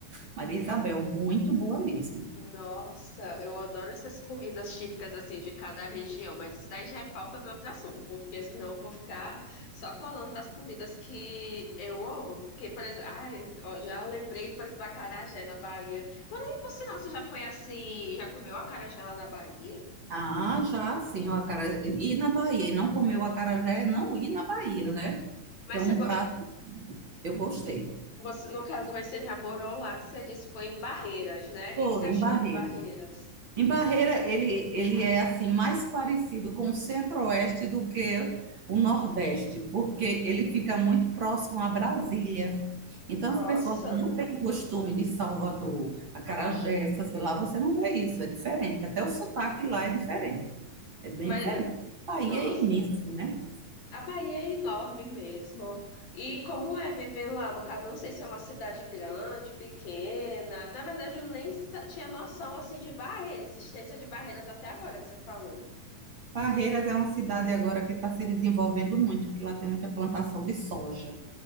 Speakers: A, on the right; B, on the left.
A: Maria Isabel, muito boa mesmo.
B: Nossa, eu adoro essas comidas típicas assim de cada região, mas isso daí já é pauta para outro assunto, porque senão eu vou ficar só falando das comidas que eu amo. Porque, por exemplo, ai, ó, já lembrei, por exemplo, da acarajé na Bahia. Porém, você não, você já foi assim, já comeu acarajé lá na Bahia?
A: Ah, já sim, o acarajé. Ir na Bahia e não comer o acarajé é não ir na Bahia, né?
B: Mas
A: Que é um
B: você gosta,
A: prato, eu gostei.
B: você, no caso, mas você já morou lá, que você disse que foi em Barreiras, né? O
A: Foi
B: que que você achou
A: em Barreiras.
B: de Barreiras?
A: Em Barreira, ele, ele é assim mais parecido com o Centro-Oeste do que o Nordeste, porque ele fica muito próximo a Brasília. Então,
B: Nossa,
A: as pessoas que não têm costume de Salvador, acarajé, essas coisas lá, você não vê isso, é diferente. Até o sotaque lá é diferente, é bem
B: mas
A: diferente. O Bahia
B: nossa.
A: é imenso, né?
B: A Bahia é enorme mesmo. E como é viver lá? No caso, eu não sei se é uma cidade grande, pequena. Na verdade, eu nem sa- tinha noção assim de barreiras, existência de barreiras até agora que você falou.
A: Barreiras é uma cidade agora que está se desenvolvendo muito, que lá tem muita plantação de soja.